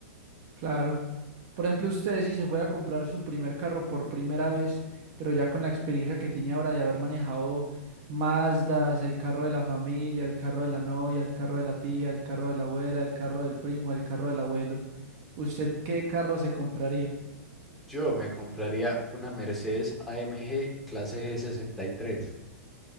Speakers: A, on the right; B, in the centre.
A: Claro. Por ejemplo, usted si se fuera a comprar su primer carro por primera vez, pero ya con la experiencia que tiene ahora de haber manejado Mazdas, el carro de la familia, el carro de la novia, el carro de la tía, el carro de la abuela, el carro del primo, el carro del abuelo, ¿usted qué carro se compraría?
B: Yo me compraría una Mercedes AMG clase G63.